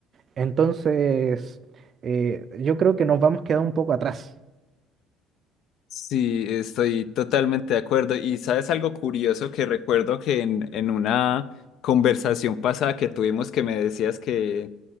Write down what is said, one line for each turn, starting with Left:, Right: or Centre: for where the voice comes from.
Right: Entonces, eh, yo creo que nos vamos quedando un poco atrás.
Left: Sí, estoy totalmente de acuerdo. Y sabes algo curioso que recuerdo que en, en una conversación pasada que tuvimos que me decías que